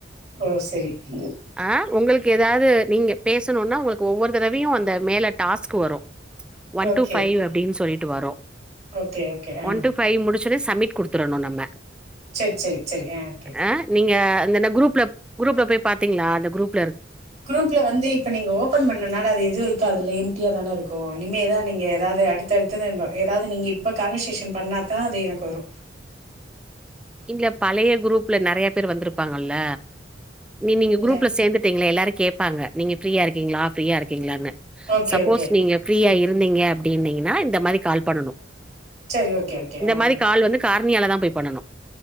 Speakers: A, on the right; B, in the centre.
A: ஓ சரி <unintelligible>
B: ஆ உங்களுக்கு ஏதாது நீங்க பேசணுன்னா உங்களுக்கு ஒவ்வொரு தடவையு அந்த மேல டாஸ்க்கு வரு ஒன்
A: ஓகே
B: டூ ஃபைவ் அப்பிடின்னு சொல்லிட்டு வரு
A: ஓகே ஓகே ஆ
B: ஒன் டு ஃபைவ் முடிச்சோன சமிட் குடுத்துறணு நம்ம
A: செர் செர் செரி ஆ ஓகே
B: ஆ நீங்க அந்தந் குரூப்ல குரூப்ல போய் பாத்தீங்களா அந்த குரூப்
A: குரூப்ல வந்து இப்ப நீங்க ஓபன் பண்ணனால அது எது இருக்காதுல எம்ட்டியாதான இருக்கு இனிமேதா நீங்க ஏதாது அடுத் தடுத்துனு ஏதாது நீங்க இப்ப கன்வர்சேஷன் பண்ணாத்தா அது எனக்கு வரு
B: இல்ல பழைய குரூப்ல நெறைய பேர் வந்துருப்பாங்கல்ல நீ நீங்க
A: இல்ல
B: குரூப்ல சேந்து ட்டுங்களா எல்லாரு கேப்பாங்க நீங்க ஃப்ரீயா இருக்கீங்களா ஃப்ரீயா இருக்கீங்களான்னு
A: ஓகே
B: சப்போஸ்
A: ஓகே
B: நீங்க ஃபீரியா இருந்தீங்க அப்பிடினீங்கன்னா இந்த மாரி கால் பண்ணணு
A: சரி ஓகே ஓகே
B: இந்த
A: ஆ
B: மாரி
A: ஓகே
B: கால் வந்து கார்ணியால தா போய் பண்ணணு